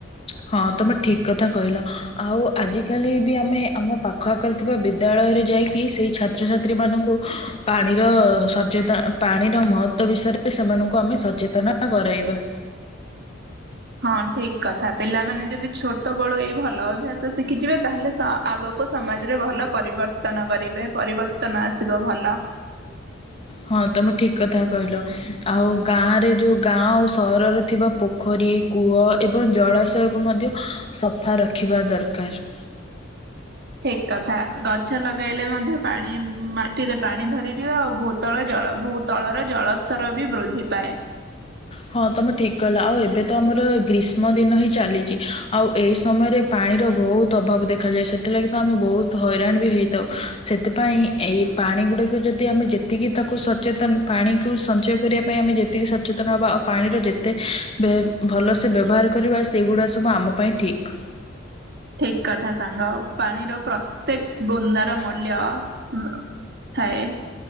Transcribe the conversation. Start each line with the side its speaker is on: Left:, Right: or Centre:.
Left: ହଁ ତମେ ଠିକ କଥା କହିଲ ଆଉ ଆଜିକାଲି ବି ଆମେ ଆମ ପାଖ ଆଖରେ ଥିବା ବିଦ୍ୟାଳୟରେ ଯାଇକି ସେଇ ଛାତ୍ରଛାତ୍ରୀମାନଙ୍କୁ ପାଣିର ସଚେତା ପାଣିର ମହଵ ତ ବିଷୟରେ ସେମାନଙ୍କୁ ଆମେ ସଚେତନ କରାଇବା
Right: ହଁ ଠିକ କଥା ପିଲାମାନେ ଯଦି ଛୋଟ ବଳୁ ଏଇ ଭଲ ଅଭ୍ୟାସ ଶିଖିଯିବେ ତାହେଲେ ଆଗ ଲୋକ ସମାଜରେ ଭଲ ପରିବର୍ତ୍ତନ କରିବେ ପରିବର୍ତ୍ତନ ଆସିବ ଭଲ
Left: ହଁ ତମେ ଠିକ କଥା କହିଲ। ଆଉ ଗାଁରେ ଯୋଉ ଗାଁ ଆଉ ସହରରେ ଥିବା ପୋଖରୀ କୂଅ ଏବଂ ଜଳାଶୟକୁ ମଧ୍ୟ। ସଫା ରଖିବା ଦରକାର।
Right: ଠିକ କଥା ଗଛ ଲଗାଇଲେ ମଧ୍ୟ ପାଣି ମାଟିରେ ପାଣି ଧରି ରିବ ଆଉ ବହୁତ। ଭଳ ଜଳ ଭୂତଳର ଜଳସ୍ତର ବି ବୃଦ୍ଧି ପାଏ।
Left: ହଁ ତମେ ଠିକ କିଲ ଆଉ ଏବେ ତ ଆମର ଗ୍ରୀଷ୍ମ ଦିନ ହିଁ ଚାଲିଛି ଆଉ। ଏହି ସମୟରେ ପାଣିର ବହୁତ ଅଭାବ ଦେଖାଯାଏ ସେଥିଲାଗି ତ ଆମେ ବହୁତ ହଇରାଣ ବି ହୋଇଇଥାଉ ସେଥିପାଇଁ। ଏଇ ପାଣି ଗୁଡ଼ିକ ଯଦି ଆମେ ଯେତିକି ତାକୁ ସଚେତନ ପାଣିକୁ ସଞ୍ଚୟ କରିବା ପାଇଁ ଆମେ ଯେତିକି ସଚେତନ ହେବା। ପାଣିର ଯେତେ ଭଲସେ ବ୍ୟବହାର କରିବା ସେଗୁଡ଼ା ସବୁ ଆମ ପାଇଁ ଠିକ୍।
Right: ଠିକ କଥା ସାଙ୍ଗ ପାଣିର ପ୍ରତ୍ୟେକ ବୁନ୍ଦାର ମୂଲ୍ୟ। ଥାଏ